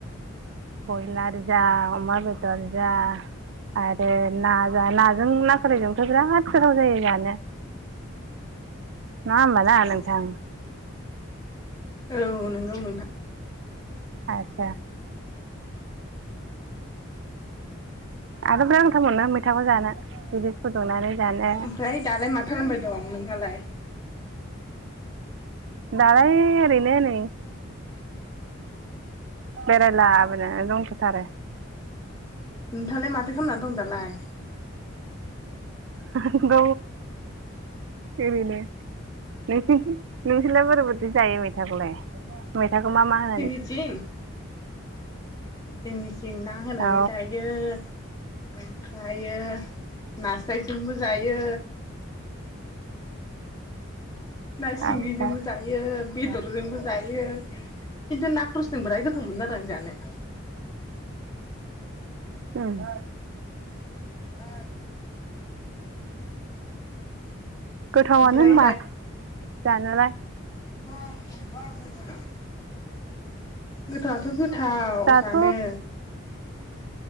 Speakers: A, on the right; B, on the left.
A: ब्रयलार जा अमा बेदर जा आरो न नाजों ना खोरायजोंथ' बिराद गोथाव जायो जानो नङा होमबा ना
B: औ
A: नोंथां
B: औ नंगौ नोंथां।
A: आस्सा आंथ' बिराद मथाम मोननो मैथाखौ जानो बिदस फुदुंनानै जानो
B: ओमफ्राय दालाय माथो खालामबाय दं नोंहालाय?
A: दालाय ओरैनो नै बेरायलाबोनो दंथोथारो।
B: नोंथाङालाय माथो खालामना दं दालाय
A: ग एरिनो नों नोंसोरलाय बोरैबाददि जायो मेथाखौलाय मेथाखौ मा मा होनो
B: जोंनिथिं जोंनिथिं ना होनानै
A: औ
B: जायो जायो ओमफ्र नास्रायजोंबो जायो। ना सिंगिजोंबो
A: आदसा
B: जायो बेदरजोंबो जायो। खिन्थु ना खरसजों बिराद गोथाव मोन आरो आं जानो।
A: औ
B: आ
A: गोथावानो
B: ओमफ्राय
A: होनबा जानोलाय
B: बा <unintelligible> गोथावआथ' गोथाव
A: दाथ'
B: जानो